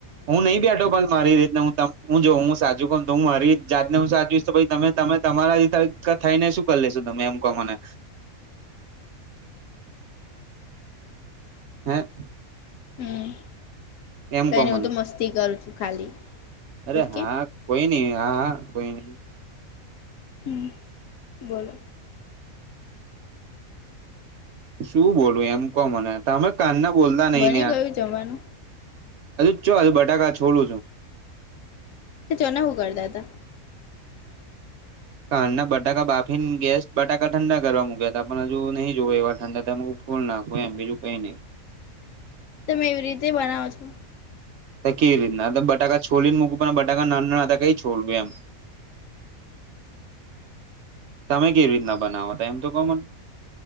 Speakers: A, on the right; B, on the left.
A: હું નહી બેઠો પણ મારી રીતતે હ હું જો હું સાચું કોણ હું મારી જાતને હું સાચવીશ તમે તમે તમારા ત થઈને શું કરી લેશુ તમે એમ કહો મને હે
B: હમ
A: એમ
B: તો
A: કહો
B: એને
A: મને
B: હું તો મસ્તી કરું છું ખાલી
A: અરે
B: ઓકે
A: હા કોઈ નહી હા હા કોઈ નઈ
B: હમ બોલો
A: શું બોલવું એમ કો મને તમે કાનના બોલતા નહી
B: બની
A: ને યાર
B: ગયું જમવાનું
A: હજુ ચો હજુ બટાકા છોડું છું
B: જો ના હુ કરતા તા
A: કરના બટાકા બાફીને ગેસ બટાકા ઠંડા કરવા મૂક્યા હતા પણ હજુ નહી જોવે એવા ઠંડા થયાં ફૂલ નાખુ એમ બીજું કઈ નઈ
B: તમે એવી રીતે બનાવો છો
A: કેવી રીતના આ તો બટાકા છોડીને મૂકું પણ બટાકા ના ના હતા તો કઈ છોડવું એમ
B: <inaudible>
A: તમે કેવી રીતના બનાવો એમ તો કો મને